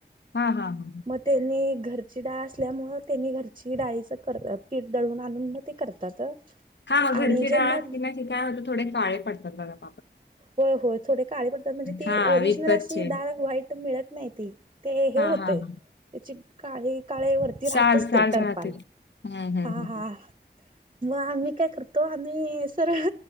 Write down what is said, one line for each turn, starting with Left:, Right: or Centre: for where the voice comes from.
Left: हा हा हा
Right: मग त्यांनी घरची डाळ असल्यामु त्यांनी घरची डाळीच पीठ दळून आणून मग ते करतात
Left: हा मग
Right: आणि
Left: घरची
Right: ज्यांना
Left: डळच की नाही क काय होतं थोडे काळे पडतात बघा पापात
Right: होय होय थोडी काळी पडतात म्हणजे ती
Left: हा
Right: ओरिजनल
Left: विकतचे
Right: अशी डाळ व्हाईट मिळत नाही त ते हे
Left: हा
Right: होतय
Left: हा हा
Right: त्याची काळे काळे वरती राहतच
Left: साल साल
Right: ते टरपाल
Left: राहते हम्म हम्म
Right: हा
Left: हम्म
Right: हा मग आम्ही काय करतो आम्ही सरळ